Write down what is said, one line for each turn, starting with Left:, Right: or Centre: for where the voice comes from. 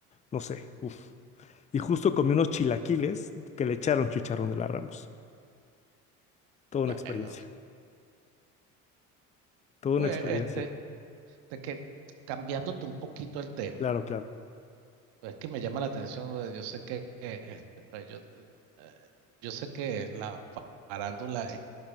Left: no sé, uf. Y justo comí unos chilaquiles que le echaron chicharrón de la Ramos. Toda
Right: bueno,
Left: una experiencia, toda
Right: pues,
Left: una experiencia,
Right: este, te que, cambiándote un poquito el tema,
Left: claro, claro.
Right: pues es que me llama la atención, eh, yo sé que, eh, este, eh, yo, eh, yo sé que la farándula